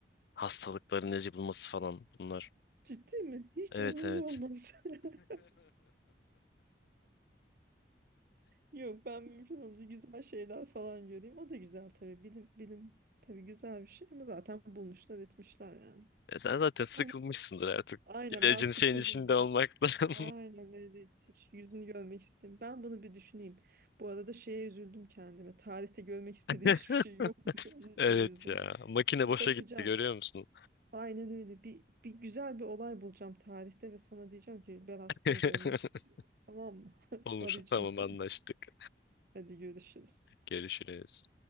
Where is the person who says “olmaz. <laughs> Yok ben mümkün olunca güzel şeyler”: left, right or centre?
Right